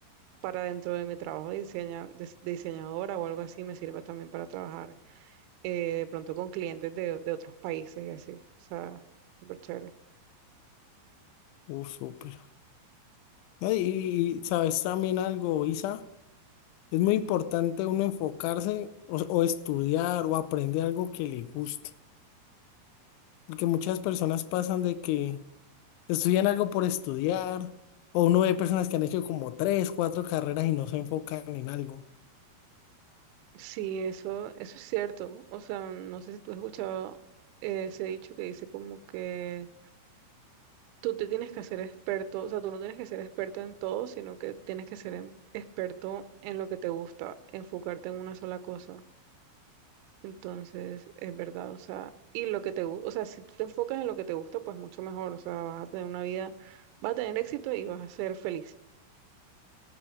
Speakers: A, on the right; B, on the left.
A: para dentro de mi trabajo de, diseña- de- de diseñadora o algo así, me sirva también para trabajar eh, de pronto con clientes de, de otros países y así. O sea, súper chévere.
B: Uh, súper. No, Y, y- y sabes también algo, Isa, es muy importante uno enfocarse o o estudiar o aprender algo que le guste. Porque muchas personas pasan de que estudian algo por estudiar, o uno ve personas que han hecho como tres, cuatro carreras y no se enfocan en algo.
A: Sí, eso, eso es cierto. O sea, no sé si tú has escuchado ese dicho que dice como que tú te tienes que hacer experto, o sea, tú no tienes que ser experto en todo, sino que tienes que ser em- experto en lo que te gusta, enfocarte en una sola cosa. Entonces, es verdad, o sea, y lo que te gusta, o sea, si tú te enfocas en lo que te gusta, pues mucho mejor, o sea, vas a tener una vida, vas a tener éxito y vas a ser feliz.